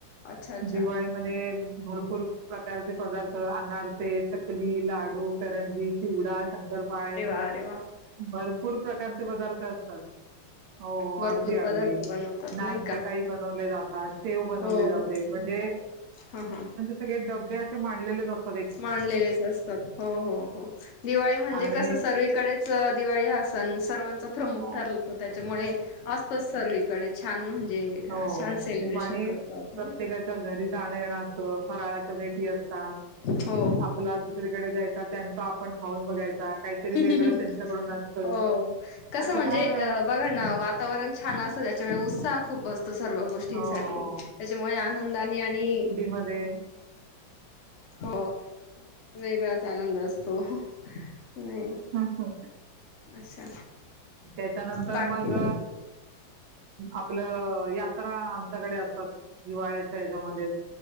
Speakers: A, on the left; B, on the right.
A: अच्छा अच्छा
B: दिवाळीमध्ये भरपूर प्रकारचे पदार्थ अनारसे... चकली, लाडू करंजी, चिवडा, शंकरपाळे
A: आरे वा.
B: भरपूर प्रकारचे पदार्थ असतात हो
A: भरपूर
B: अगदी अगदी.
A: पदार्थ बनवतात
B: नानकटाई
A: नाही का
B: बनवले जातात शेव बनवले
A: हो
B: जाते
A: हो
B: म्हणजे
A: हा हा.
B: बे असे मांलेले जात
A: मानलेलेच असतात हो हो हो दिवाळी म्हणजे
B: आणि
A: कस सर्वीकडेच दिवाळी ह सण सर्वांचा प्रमुख
B: हो
A: ठरलतो त्याच्यामुळे असतोच सर्व इकडे छान म्हणजे
B: हो
A: छान सेलिब्रेशन
B: खूप आणि
A: करतो आपण
B: प्रत्येकाच्या
A: नाही का
B: घरी जा ये फराळाच्या भेटी असतात.
A: हो
B: तुला दुसरीकडे जायचा त्यांच आपण खाऊन बघायचा काहीतरी
A: हो
B: वेगळं त्यांच्याकडून असतं.
A: हो कसं
B: असं
A: म्हणजे
B: फार
A: अ बघा ना वातावरण छान असत त्याच्यामुळे उत्साह खूप असतो सर्व गोष्टींसाठी
B: हो
A: त्याच्यामुळे आनंदाने आणि
B: मध्ये
A: हो वेगळाच आनंद असतो, नाही-
B: हा हा
A: अच्छा
B: त्याच्यानंतर
A: बाकी
B: मग- आपलं यात्रा आमच्याकडे असतात. हिवाळ्याच्या हच्यामध्ये